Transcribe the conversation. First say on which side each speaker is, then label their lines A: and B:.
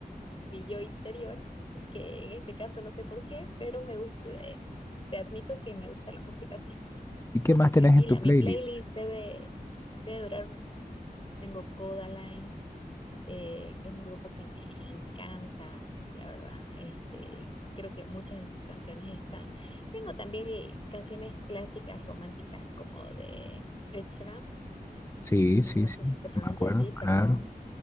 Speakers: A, on the left; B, on the left.
A: mi yo interior, eh, que en este caso no sé por qué, pero me gusta, eh, te admito que me gusta la música así,
B: ¿Y qué
A: súper
B: más
A: tranquila.
B: tenés en tu
A: Mi
B: playlist?
A: playlist debe, debe durar, tengo Codaline, eh, que es un grupo que me encanta, la verdad. Este, creo que muchas de sus canciones están. Tengo también l- canciones clásicas románticas como de Ed Sheeran,
B: Sí, sí,
A: que no
B: sí,
A: sé si se pronuncia
B: me acuerdo,
A: así,
B: claro.
A: perdón.